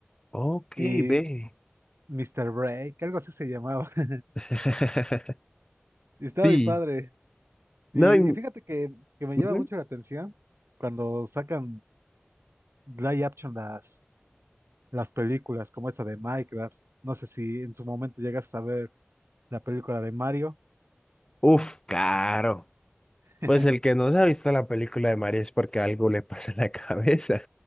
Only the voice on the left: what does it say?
ok,
ve.
<laughs>
Sí,
no, y-
ujú.
Uf, claro.
Pues el que no se ha visto la película de Mario es porque algo le pasa en la cabeza.